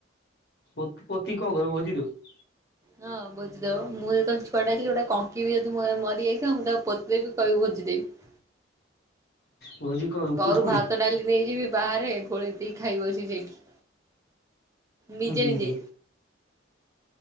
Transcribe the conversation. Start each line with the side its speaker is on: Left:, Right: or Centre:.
Left: ପୋତ୍ ପୋତି କଣ କରିବୁ ଭୋଜି ଦବୁ
Right: ହଁ ଭୋଜି ଦବ ମୁଁ ଯେତବେଳେ ଛୁଆଟାଥିଲି ଗୋଟେ ଙ୍କ କଙ୍କି ବି ଯଦି ମ ମରିଯାଇଥିବ ମୁଁ ତାକୁ ପୋତି ଦେବି କହିବି ଭୋଜିଦେବି।
Left: ଭୋଜି କଣ ଦବୁ
Right: ଘରୁ
Left: କୁୁରକୁରି
Right: ଭାତ ଡାଲି ନେଇଯିବି ବାହାରେ ଗୋଳେଇ ଦେଇକି ଖାଇ ବସି ସେଇଠି। ନିଜେ
Left: ହୁଁ ଇଏଟିକେ
Right: ନିଜେ।